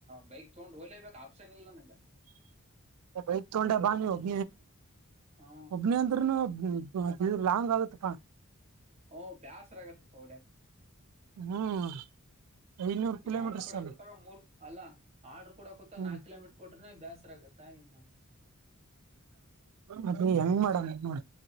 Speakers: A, on the right (about 30°); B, on the right (about 75°).
A: ಬೈಕ್ ತಗೊಂಡ್ ಓಲೇಬೇಕಕ್ ಆಪ್ಷನ್ ಇಲ್ ನಂಗ
B: ಭ ತಟೋೊಂಡೊಂಡಾ ಬಾಾನೆೋಬ
A: ಹಾ
B: ಅಭಿನಯಂತರನ ಹ್ಮ್ ಲಾಂಗ್ ಆಗುತ್ತಪ್ಪಾ <unintelligible>
A: ಹ ಬ್ಯಾಾಸರಾಗ ಪಹಢಕ
B: ಹ್ಮ್ ಐನೂರು
A: ಇಲ್ಲಿ
B: ಕಿಲೋಮೀಟರ್ಸ್
A: ಆರ್ಡ್ರ ಕೊಡೊತ್ತಾಗ
B: ಅಲ್ಲ
A: ಮೂರ್ ಅಲ್ಲ ಆರ್ ಕೂಡೂಾ
B: ಹ್ಮ್
A: ನಾಕ್ ಕಿಲೋಮೀರ್ ಕೊಟ್ರೆ <unintelligible> ಬ್ಯಾಸ್ರಾಗತ್ತಾ ಇನ್ನು
B: ಅದ ಹೆಂಗ್ ಮಾಡ ಹೆಂಗ ಮಾಡ